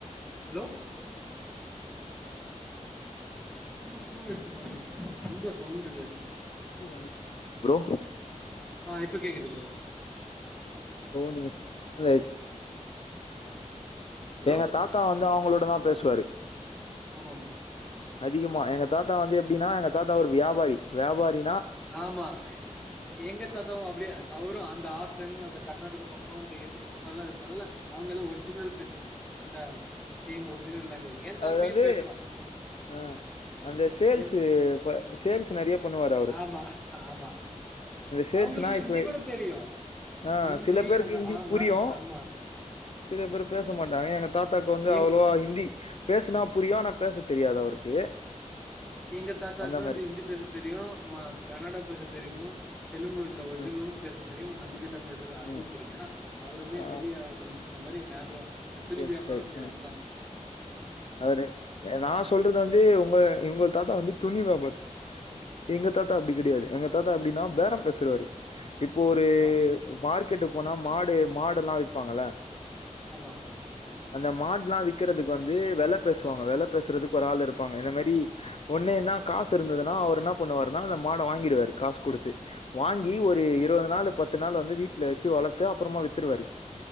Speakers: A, in the centre; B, on the left.
A: ஹலோ
B: அவங்க வந்து ஆ கேக்குதுங்களா
A: ரொம்ப ஸ்லோ ஆயிடுச்சப்பா உனக்கு ரொம்ப சவுண்டுங்க
B: கேகுத ஃப்ரோ
A: ஆ இப்போ கேக்குது ஃப்ரோ
B: ஓ நீங்க அது
A: ஹலோ
B: எங்க தாத்தா வந்து அவங்களோட தா பேசுவாரு
A: ஆமா ஆமா
B: அதிகமா எங்க தாத்தா வந்து எப்படின்னா எங்க தாத்தா ஒரு வியாபாரி வியாபாரி
A: ஆமா எங்க தாத்தாவும் அப்படியே அவரும் அந்த ஆசன் அந்த கர்நாடக பக்கம் இந்த பக்கம்லம் இருதானால அவங்க ஒரிஜினல் பேசுவாங்க அந்த சேம் ஒரிஜினல் லாங்குவேஜ் என் தம்பியு
B: அதாது
A: பேசுவா
B: ஆஹ அந்த சேல்ஸ்
A: என்
B: சேல்ஸ் நிறைய பண்ணுவார
A: ஆமா ஆமா
B: சேல்ஸ்னா
A: அவங்களுக்கு ஹிந்தி
B: இப்ப
A: கூட தெரியும்
B: ஆ
A: ஹிந்தி
B: சில பேருக்கு
A: அந்த
B: ஹிந்தி புரியு
A: ஆமா
B: சில பேர் பேச மாட்டாங்க எங்க தாத்தாக்கு வந்து
A: எங்க
B: அவ்வளவா ஹிந்தி பேசுனா புரியும் ஆனா பேச தெரியாது அவருக்கு
A: எங்க தாத்தாவுக்கு
B: அந்த
A: வந்து
B: மாரி
A: ஹிந்தி பேச தெரியு மா கன்னடம் பேச தெரியு தெலுங்கு இந்த ஒரிஜினலு
B: ம்
A: பேசு தெரியு நம்ம கிட்ட பேசுற அதுவு
B: ம்
A: தெரியும் ஏன்னா அவருமே
B: ஆ
A: வெளியே அவ நீ ந்த மரிலாப்பர இந்த துணி
B: ரியல்
A: வியாபாரம்
B: ஸ்கை
A: செய்றவங்க
B: அ
A: தா
B: அவரு நா சொல்றது வந்து உங்க வுங்க தாத்தா வந்து துணி வாபாரி எங்க தாத்தா அப்டி கிடையாது எங்க தாத்தா எப்டின்னா பேரம் பேசுறவரு இப்போ ஒரு
A: ஆமா
B: மார்க் கெட்டு போனா மாடு மாடு எல்லா விப்பாங்கள
A: ஆமா
B: அந்த மாட்ல்லா வி்க்கறதுக்கு வந்து வந்து வெல பேசுவாங்க வெலை பேசுறதுக்கு ஒரு ஆள் இருப்பாங்க இந்த மாரி ஒன்னே என்ன காசு இருந்ததுன்னா அவுர் என்ன பண்ணுவாருனா அந்த மாட வாங்கிடுவாரு காசு குடுத்து வாங்கி ஒரு
A: செரி
B: இருவது நாலு பத்து நாள் வந்து வீட்ல வச்சு வளர்த்து அப்புறமா வித்துருவாரு